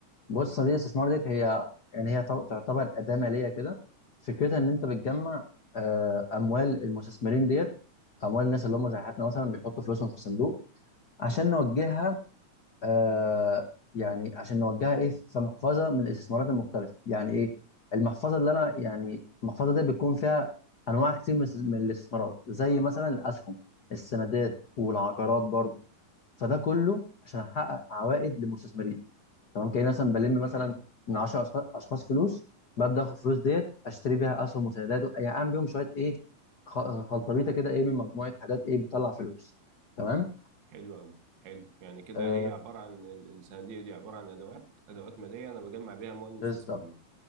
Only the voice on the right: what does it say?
مم،
تمام
حلو أوي حلو يعني كده
هي عبارة عن ال- الصناديق دي عبارة عن أدوات أدوات مالية أنا بجمع بيها أموال المستثمرين